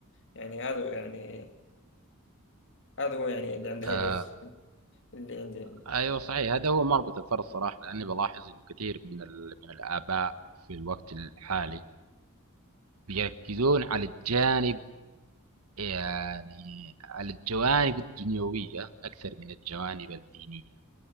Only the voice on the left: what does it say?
يعني هذا يعني هذا هو يعني اللي عندي
أقول <laughs> اللي عندي يعني